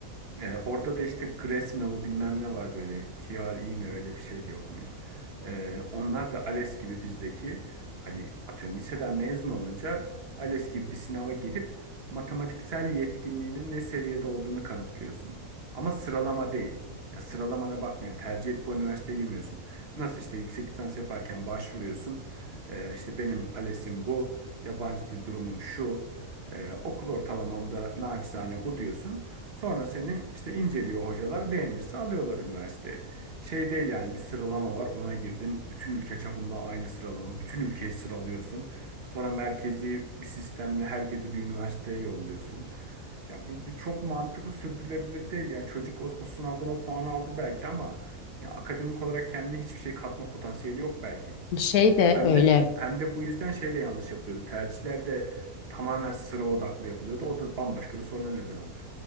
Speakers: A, on the right; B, on the left.
A: E, orada da işte GRE sınavı bilmem ne var böyle. GRE mi öyle bir şey diye okunuyor. E, onlar da ALES gibi bizdeki hani atıyorum liseden mezun olunca ALES gibi bir sınava girip matematiksel yetkinliğinin ne seviyede olduğunu kanıtlıyorsun. Ama sıralama değil. Yani sıralamana bakmıyor. Tercih edip o üniversiteye girmiyorsun. Nasıl işte yüksek lisans yaparken başvuruyorsun. E, işte benim ALES'im bu. Yabancı dil durumum şu. e, okul ortalamamda naçizane bu diyorsun. Sonra seni işte inceliyor hocalar beğenirse alıyorlar üniversiteye. Şey değil yani bir sıralama var ona girdin bütün ülke çapında aynı sıralama bütün ülkeyi sıralıyorsun. Sonra merkezi bir sistemle herkesi bir üniversiteye yolluyorsun. Ya bu, bu çok mantıklı sürdürülebilir değil yani çocuk o, o sınavdan o puanı aldı belki ama ya akademik olarak kendine hiçbir şey katma potansiyeli yok belki.
B: şey de
A: Hem
B: öyle.
A: de hem de bu yüzden şey de yanlış yapılıyordu. Tercihler de tamamen sıra odaklı yapılıyordu. O da bambaşka bir soruna neden oldu.